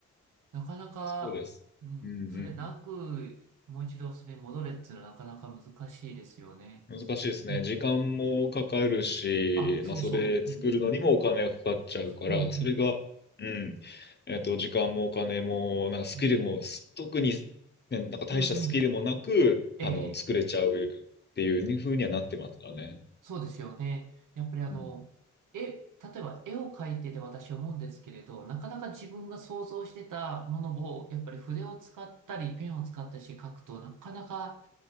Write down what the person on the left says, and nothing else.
そうです。
うんうんうん。
難しいですね。
時間もかかるし、
まあ、それ作るのにもお金がかかっちゃうから、
それが、うん、えっと、時間もお金も、なんかスキルも、
す特に、ね、なんか大したスキルもなく、
あの、作れちゃうっていう風にはなってますからね。
うん